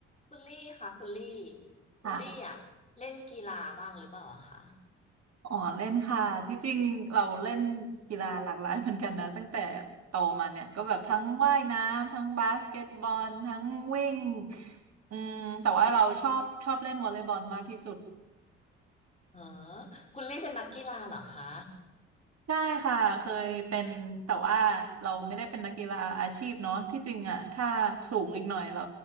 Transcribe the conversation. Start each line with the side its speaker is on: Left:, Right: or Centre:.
Left: คุณลี่ค่ะคุณลี่คุณลี่อ่ะเล่นกีฬาบ้างหรือเปล่าอะคะ
Right: ค่ะอ๋อเล่นค่ะที่จริงเราเล่นกีฬาหลากหลายเหมือนกันนะตั้งแต่โตมาเนี่ยก็แบบทั้งว่ายน้ำทั้งบาสเกตบอลทั้งวิ่งอืมแต่ว่าเราชอบชอบเล่นวอลเลย์บอลมากที่สุด
Left: เออคุณลี่เป็นนักกีฬาเหรอคะ
Right: ใช่ค่ะเคยเป็นแต่ว่าเราไม่ได้เป็นนักกีฬาอาชีพเนาะที่จริงอ่ะถ้าสูงอีกหน่อยเรา